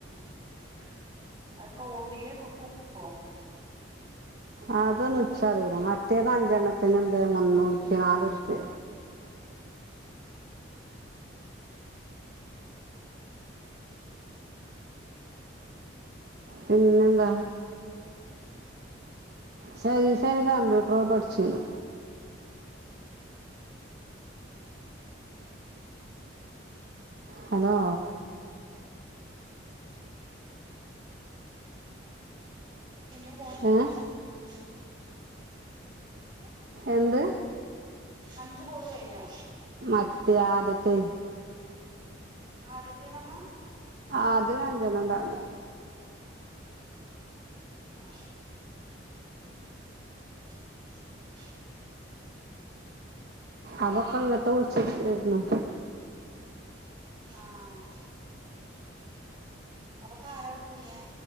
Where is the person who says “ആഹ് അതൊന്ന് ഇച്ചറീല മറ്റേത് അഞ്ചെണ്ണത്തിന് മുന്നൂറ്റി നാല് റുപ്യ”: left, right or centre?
Right